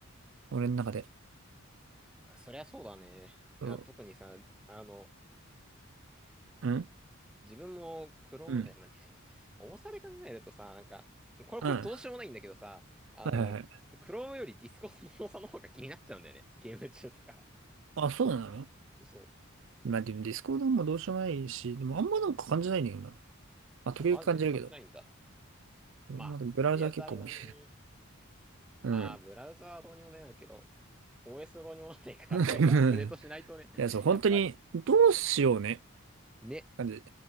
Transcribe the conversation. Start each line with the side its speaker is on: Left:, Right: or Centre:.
Right: 俺の中で。
Centre: あ、そりゃそうだね。
Right: そ
Centre: いや特にさ、あの、
Right: うん。
Centre: 自分もクローン、
Right: うんうん。
Centre: でもね、重さで考えるとさ、なんか、これ、
Right: うん
Centre: これどうしようもないんだけどさ、あの、
Right: はいはいはい。
Centre: クロームよりディスコの重さの方が気になっちゃうんだよね。ゲーム中とか。
Right: あ、そうなの
Centre: そう。
Right: まあでもディスコードもどうしようもないし、でもあんまなんか感じないんだよな。まあ時々感じるけど。
Centre: あ、マジで感じないんだ。
Right: まあでもブラウザ結構もいい。
Centre: まあ、とりあえずあれだね。
Right: うん。
Centre: まあ、ブラウザはどうにもなるけど、OS どうにもならないから早くアップデートしないとね、
Right: <laughs> いや、そう、本当に、
Centre: やっぱり。
Right: どうしようね。
Centre: ね。
Right: 感じ。